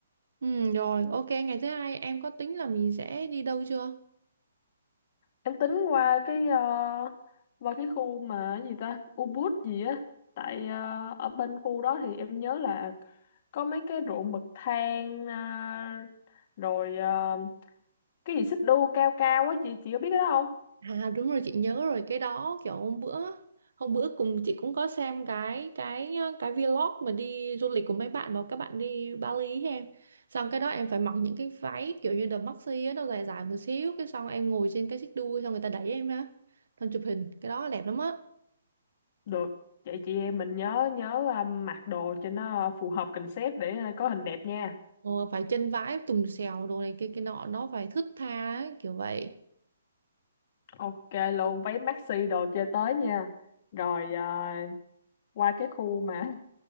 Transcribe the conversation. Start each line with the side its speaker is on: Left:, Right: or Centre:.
Right: Ừ, rồi, ok, ngày thứ hai em có tính là mình sẽ đi đâu chưa?
Left: Em tính qua cái à, qua cái khu mà cái gì ta Ubud gì á. Tại à, ở bên khu đó thì em nhớ là có mấy cái ruộng bậc thang à, rồi à, cái gì xích đu cao cao á chị chị có biết cái đó không?
Right: À đúng rồi, chị nhớ rồi, cái đó kiểu hôm bữa, hôm bữa cùng chị cũng có xem cái cái cái vlog mà đi du lịch của mấy bạn mà các bạn đi Bali ấy em. Xong cái đó em phải mặc những cái váy kiểu như đầm maxi á, nó dài dài một xíu, cái xong em ngồi trên cái xích đu xong người ta đẩy em á. Xong chụp hình, cái đó đẹp lắm á.
Left: được vậy chị em mình nhớ nhớ à, mặc đồ cho nó phù hợp concept để à, có hình đẹp nha
Right: Ờ, phải chân vái tùng xèo đồ này kia kia nọ nó phải thướt tha ấy, kiểu vậy.
Left: ok luôn váy maxi đồ chơi tới nha rồi à, qua cái khu mà